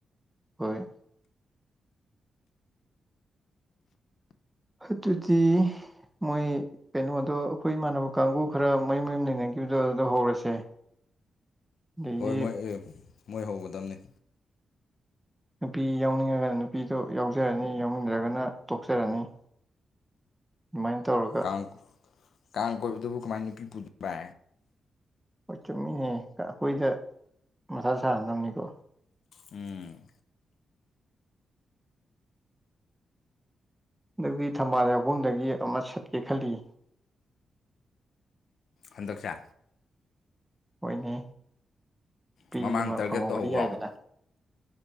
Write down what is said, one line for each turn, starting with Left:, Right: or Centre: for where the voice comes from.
Centre: ꯍꯣꯏ ꯑꯗꯨꯗꯤ ꯃꯣꯏ ꯀꯩꯅꯣꯗꯣ ꯑꯩꯈꯣꯏ ꯏꯃꯥꯟꯅꯕ ꯀꯥꯡꯕꯨ ꯈꯔ ꯃꯌꯨꯝ ꯃꯌꯨꯝ ꯂꯩꯅꯈꯤꯕꯗꯣ ꯑꯗꯣ ꯍꯧꯔꯁꯦ ꯑꯗꯒꯤ
Left: ꯍꯣꯏ ꯃꯣꯏ ꯃꯣꯏ ꯍꯧꯒꯗꯝꯕꯅꯤ
Centre: ꯅꯨꯄꯤ ꯌꯥꯎꯅꯤꯡꯉꯒꯅ ꯅꯨꯄꯤꯗꯣ ꯌꯥꯎꯖꯔꯅꯤ ꯌꯥꯎꯅꯤꯡꯗ꯭ꯔꯒꯅ ꯇꯣꯛꯆꯔꯅꯤ ꯑꯗꯨꯃꯥꯏꯅ ꯇꯧꯔꯒ
Left: ꯀ ꯀꯥ ꯀꯗꯕꯨ ꯃꯅꯤ ꯀ ꯄꯨꯕꯥ
Centre: ꯍꯣꯏ ꯆꯨꯝꯃꯤꯍꯦ ꯑꯩꯈꯣꯏꯗ ꯃꯁꯥ ꯁꯥꯍꯅꯕꯅꯤꯀꯣ
Left: ꯎꯝ
Centre: ꯑꯗꯨꯒꯤ ꯊꯝꯕꯥꯜ ꯌꯥꯎꯐꯝꯗꯒꯤ ꯑꯃ ꯁꯠꯀꯦ ꯈꯜꯂꯤ
Left: ꯍꯟꯗꯛꯁꯦ
Centre: ꯍꯣꯏꯅꯦ ꯅꯨꯄꯤ
Left: ꯃꯃꯥꯡ
Centre: ꯑꯃ
Left: ꯇꯥꯔꯒꯦꯠ
Centre: ꯐꯪꯍꯧꯕꯗꯤ
Left: ꯇꯧꯍꯧꯕ꯭ꯔꯣ
Centre: ꯌꯥꯏꯗꯅ